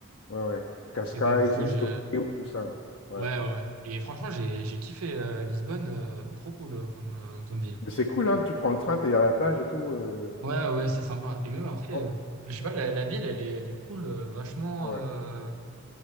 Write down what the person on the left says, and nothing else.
Ouais, ouais. Cascais,
Estoril,
tout ça là. Ouais,
ouais.
Mais c'est cool, hein. Tu prends le train, t'es à la plage et tout. euh.
Oh,
ouais.